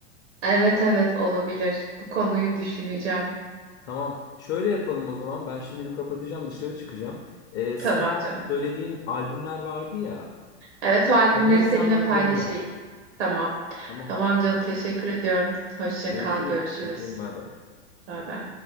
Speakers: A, on the right; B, on the left.
A: Evet evet olabilir. Bu konuyu düşüneceğim.
B: Tamam. Şöyle yapalım o zaman. Ben şimdi bir kapatacağım, dışarı çıkacağım. Ee, sen
A: Tamam
B: o
A: canım.
B: söylediğin albümler vardı ya.
A: Evet o albümleri
B: Onları
A: seninle
B: sen bana
A: paylaşayım.
B: gönder.
A: Tamam.
B: Tamam.
A: Tamam canım
B: Süper.
A: teşekkür ediyorum. Hoşça
B: Görüşürüz.
A: kal görüşürüz.
B: Öpüyorum. Bay bay.
A: Bay bay.